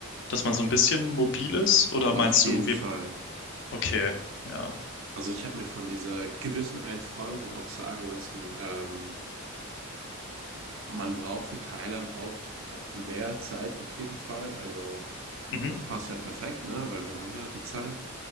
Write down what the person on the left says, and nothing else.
dass man so ein bisschen mobil ist. Oder meinst
du, wir,
okay, ja,
mhm,